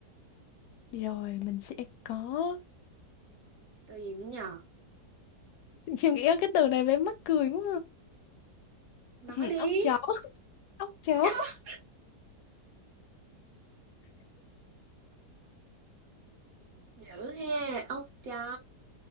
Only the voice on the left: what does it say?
Rồi mình sẽ có
<laughs> Em nghĩ cái từ này mới mắc cười quá
à. <laughs>
Ốc chó Ốc chó